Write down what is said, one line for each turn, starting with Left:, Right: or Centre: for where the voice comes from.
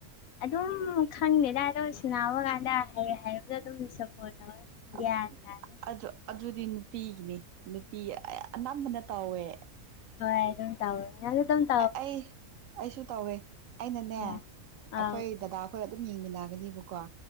Left: ꯑꯗꯨꯝ ꯈꯪꯗꯦꯗꯥꯏꯗ ꯑꯣꯏ ꯁꯅꯥꯎꯕ ꯀꯥꯟꯗ ꯍꯌꯦ ꯍꯥꯏꯕꯗꯣ ꯑꯗꯨꯝ ꯁꯞꯄꯣꯔꯠ ꯇꯧꯋꯦ ꯒ꯭ꯌꯥꯟ
Right: ꯑꯁ
Left: ꯇꯥꯗꯦ
Right: ꯑꯗꯨ ꯑꯗꯨꯗꯤ ꯅꯨꯄꯤꯒꯤꯅꯤ ꯅꯨꯄꯤ ꯑꯅꯝꯕꯅ ꯇꯧꯋꯦ
Left: ꯍꯣꯏꯝ ꯇꯕ
Right: ꯑꯩ ꯑꯩꯁꯨ ꯇꯧꯋꯦ ꯑꯩꯅꯅꯦ
Left: ꯑꯥ
Right: ꯑꯩꯈꯣꯏ ꯗꯗꯥ ꯍꯣꯏ ꯑꯗꯨꯝ ꯌꯦꯡꯃꯤꯟꯅꯒꯅꯦꯕꯀꯣ